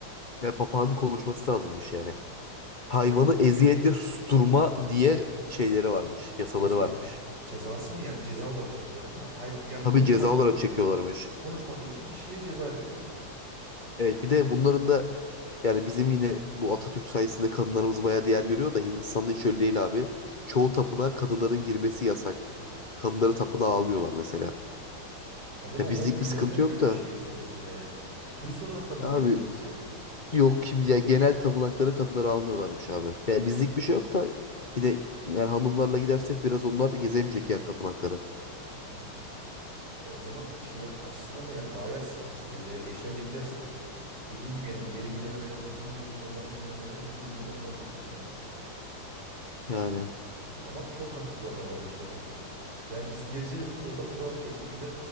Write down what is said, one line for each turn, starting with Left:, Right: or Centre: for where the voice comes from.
Left: ya, papağanın konuşması lazımmış yani. hayvanı
Right: Yani
Left: eziyetle susturma diye şeyleri varmış, yasaları
Right: ceza,
Left: varmış.
Right: cezası mı? Yani ceza olarak çekiyorlar değil mi? Hayvan yani
Left: Tabii
Right: konuşmadığı
Left: ceza olarak çekiyorlarmış.
Right: konuşmadığı için kişiye ceza veriyor.
Left: Evet,
Right: Allah
Left: bir de
Right: Allah.
Left: bunların da yani bizim yine bu Atatürk sayesinde kadınlarımız bayağı değer görüyor da Hindistan'da hiç öyle değil abi. Çoğu tapınağa kadınların girmesi yasak. Kadınları tapınağa almıyorlar mesela.
Right: Acaba
Left: Ya
Right: onların
Left: bizlik
Right: dinlerinde
Left: bir sıkıntı
Right: mi
Left: yok
Right: böyle
Left: da
Right: bir şey yazıyor mesela yani? Turist olarak da mı giremiyor
Left: abi
Right: kimse?
Left: yok kim ya genel tapınaklara kadınları almıyorlarmış abi. Yani bizlik bir şey yok da yine yani hanımlarla gidersek biraz onlar da gezemeyecek yani tapınakları.
Right: Hmm. Ya o zaman şey açısından da yani bayağı sıkıntı çekeriz. Eğer eşlerle gidersek dediğin gibi yani bir yere girememeleri, bizim girmemiz, onların girmemeleri bence uygun olmaz diye düşünüyorum.
Left: Yani.
Right: Ama çok katı kurallar varmış gerçekten. Yani biz gezeceğiz mi? Orada kural eşliğinde